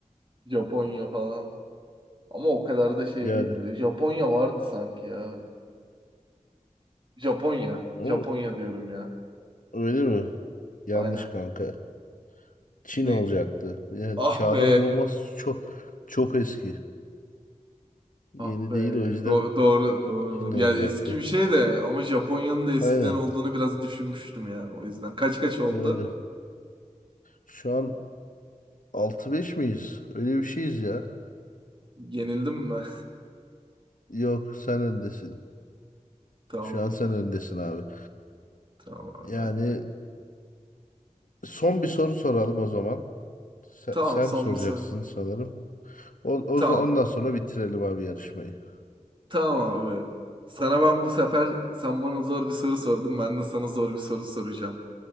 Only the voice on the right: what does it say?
Japonya falan. Ama o kadar da şey
değildir. Japonya vardı sanki ya. Japonya.
Japonya diyorum ya.
Aynen.
Ne?
Ah
be.
Ah be.
Do- doğru doğru
doğru.
Yani eski bir şey de ama Japonya'nın da eskiden
olduğunu biraz düşünmüştüm yani o yüzden. Kaç kaç oldu?
Yenildim mi?
<laughs> Tamamdır.
Tamam abi.
Tamam
son
bir soru.
Tamam.
Tamam abi. Sana ben bu sefer sen bana zor bir soru sordun. Ben de sana zor bir soru soracağım.